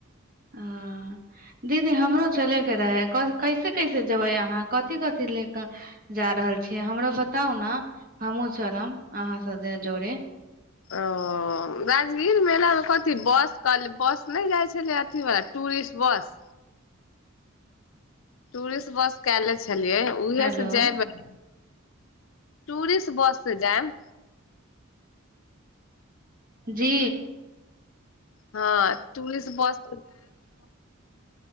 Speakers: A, on the right; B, on the left.
A: ह दीदी हमरो चलेके रहै कैसे कैसे जेबै अहाँ कथिी कथिी ले कऽ जा रहल छियै हमरो बताउ ने हमहूँ चलब अहाँसँ जे जोड़े
B: ओ राजगीर मेलामे कथी बस कहलै बस नहि जाइ छलै अथीवला टूरिस्ट बस टूरिस्ट बस के छै छलियै उह
A: हेलो
B: से जायबै टूुरसट बस से जाय
A: जी
B: हँ स् बस